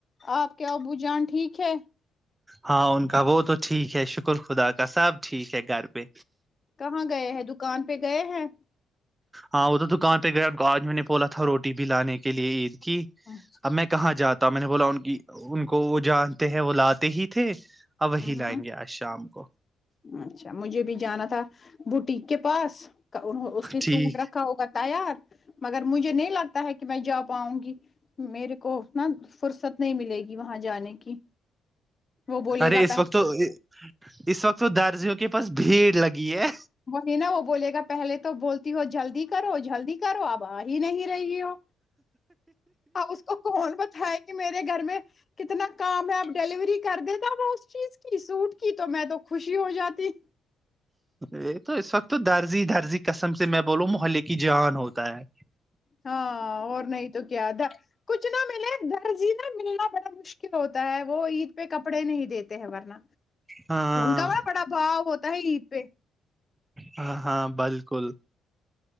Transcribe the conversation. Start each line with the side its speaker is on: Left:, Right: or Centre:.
Left: آپ کے ابو جان ٹھیک ہے
Right: ہاں ان کا وہ تو ٹھیک ہے شکر خدا کا سب ٹھیک ہے گھر پہ
Left: کہاں گئے ہیں دکھ دکان پہ گئے ہیں
Right: ہاں وہ تو دکان پہ گیا آج میں نے بولا تھا روٹی بھی لانے کے لیے عید کہ
Left: اچھا
Right: اب میں کہاں جاتا میں نے بولا ان کی ان کو وہ جانتے ہیں وہ لاتے ہی تھے ا وہی
Left: ہ
Right: لائیں گے آج شام کو
Left: اچھا مجھے بھی جانا تھا بوٹیک کے پاس اس نے سوٹ
Right: ٹھیک
Left: رکھا ہوگا تیار مگر مجھے نہیں لگتا ہے کہ میں جا پاؤں گی میرے کو اتنا فرصت نہیں ملے گی وہاں جانے کی وہ بولے
Right: ارے
Left: گا
Right: اس وقت تو اس وقت تو دارجیوں کے پاس بھیڑ لگی ہے
Left: وہی نا وہ بولے گا پہلے تو بولتی ہو جلدی کرو جلدی کرو آب آج یہ نہیں رہی ہو اپ اس کو کون بتائ کہ میرے گھر میں کتنا کام ہے اب ڈیلیوری کر دیتا وہ اس چیز کی سوٹ کی تو میں تو خوشی ہو جاتی
Right: یہ تو اس وقت تو درزی درزی قسم سے میں بولوں محلے کی جان ہوتا ہے
Left: ہاں اور نہیں تو کیا تھا کچھ ملے درجی ملنا بڑا مشکل ہوتا ہے وہ عید پہ کپڑے نہیں دیتے ہیں ورنہ
Right: ہاں
Left: ان کا بڑ بڑا بھاؤ ہوتا ہے گت پہ
Right: ہاں ہاں بالکل